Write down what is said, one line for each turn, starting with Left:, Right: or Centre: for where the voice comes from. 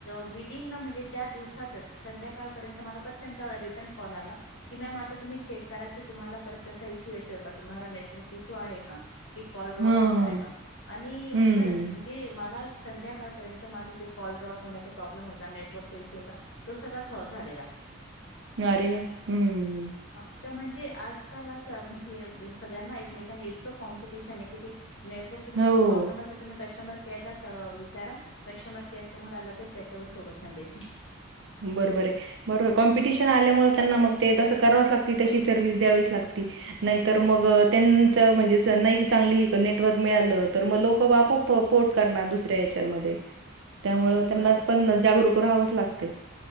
Left: विदिन्न म्हणजे त्या दिवसातच संध्याकाळपर्यंत मला परत त्यांचा रिटर्न कॉल आला कि मॅम आता तुम्ही चेक करा की तुम्हाला परत तसा इश्यू येतोय का तुम्हाला नेटवर्क इश्यू आहे का? कि कॉल ड्रॉप
Right: हां,
Left: होताय
Right: हां.
Left: का? आणि
Right: हं.
Left: खरंच म्हणजे मला संध्याकाळपर्यंत माझा जे कॉल ड्रॉप होण्याचा प्रॉब्लेम होता, नेटवर्कचा इश्यू होता तो सगळा सॉल्व्ह झालेला.
Right: अरे, हम्म.
Left: हा त म्हणजे आजकाल असं म्हणजे सगळ्यांना एकमेकांना इतकं कॉम्पिटिशन आहे कि ते नेटर्कचं तुम्हाला
Right: हो.
Left: प्रॉब्लम असेल तर तुम्ही कश त मग त्यायलाच अ विचारा, कष्टमर केअर तुम्हाला लगेच त्याच्यावर सोल्युशन देतील.
Right: बरोबरय बरो-कॉम्पिटिशन आल्यामुळे त्यांना मग ते तसं करावीच लागती तशी सर्व्हिस द्यावीच लागती नाहीतर
Left: हो
Right: मग त्यांचं म्हणजे च नैका चांगली? नेटवर्क मिळालं तर मग लोकं आपॉप पोर्ट करणार दुसऱ्या याच्यामध्ये. त्यामुळं
Left: हो
Right: त्यांना
Left: बरोबर
Right: पण जागरूक राहावंच लागतंय,